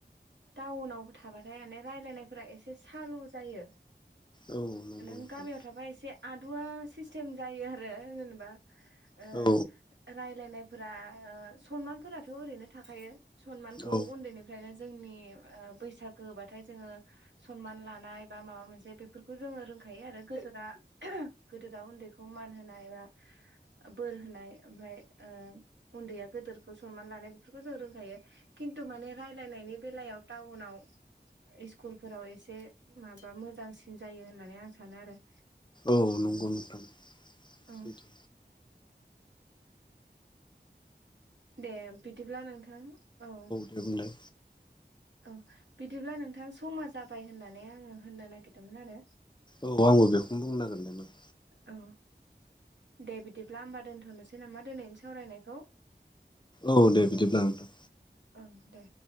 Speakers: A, on the right; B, on the left.
A: टाउनावबो थाबा <unintelligible> रायलायनाय फोरा एसे सालु जायो।
B: औ नंगौ
A: नों
B: नोंथां
A: गामियाव थाबा एसे आदुवा सिस्टेम जायो आरो जेनेबा। ओ
B: औ
A: रायलायनाय फोरा ओ सनमानफोराथ' ओरैनो थाखायो सनमानखौ
B: औ
A: उन्दैनिफ्रायनो जोंनि ओ बैसाग होबाथाय जोङो सनमान लानाय बा माबा मोनसे बेफोरखौ जोङो रोंखायो आरो गोदोरा-गोदोरा उन्दैखौ मान होनाय बा बोर होनाय ओमफ्राय ओ उन्दैया गोदोरखौ सनमान लानाय बेफोरखौ जों रोंखायो। खिन्थु माने रायलायनायनि बेलायाव टाउनाव इस्कुलफोराव एसे माबा मोजांसिन जायो होननानै आं सानो आरो।
B: औ, नंगौ नोंथां।
A: ओं
B: सैथो
A: दे बिदिब्ला नोंथां औ
B: दे बुंलाय
A: औ बिदिब्ला नोंथां समा जाबाय होननानै आङो होननो नागिरदोंमोन आरो।
B: औ आंबो बेखौनो बुंनो नागिर दोंमोन।
A: औ दे बिदिब्ला होमबा दोनथ'नो सै नामा दिनैनि सावरायनायखौ?
B: औ दे बिदिब्ला, ओं
A: ओं, दे।